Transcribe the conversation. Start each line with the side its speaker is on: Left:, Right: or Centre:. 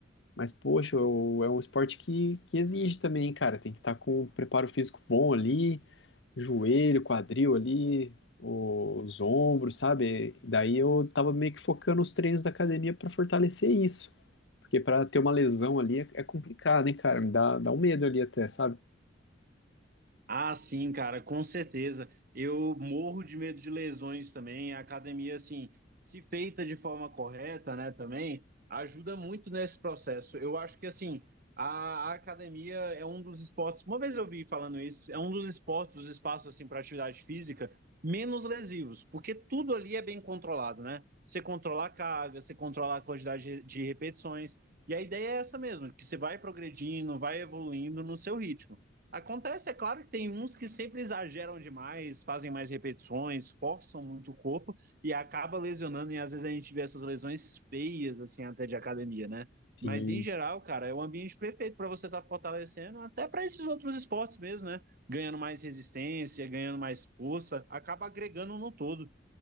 Left: mas, poxa, eu- é um esporte que, que exige também, hein, cara, tem que estar com um preparo físico bom ali, joelho, quadril ali, os ombros, sabe? Daí eu tava meio que focando os treinos da academia pra fortalecer isso, porque pra ter uma lesão ali é, é complicado, hein, cara, me dá, dá um medo ali até, sabe?
Right: Ah, sim, cara, com certeza. Eu morro de medo de lesões também. A academia, assim, se feita de forma correta, né, também, ajuda muito nesse processo. Eu acho que, assim, a, a academia é um dos esportes. Uma vez eu vi falando isso, é um dos esportes, os espaços, assim, para atividade física menos lesivos, porque tudo ali é bem controlado, né? Você controla a carga, você controla a quantidade de de repetições. E a ideia é essa mesmo, que você vai progredindo, vai evoluindo no seu ritmo. Acontece, é claro que tem uns que sempre exageram demais, fazem mais repetições, forçam muito o corpo e acaba lesionando, e às vezes a gente vê essas lesões feias, assim, até de academia, né?
Left: Sim.
Right: Mas em geral, cara, é o ambiente perfeito para você estar tá fortalecendo, até para esses outros esportes mesmo, né? Ganhando mais resistência, ganhando mais força, acaba agregando no todo.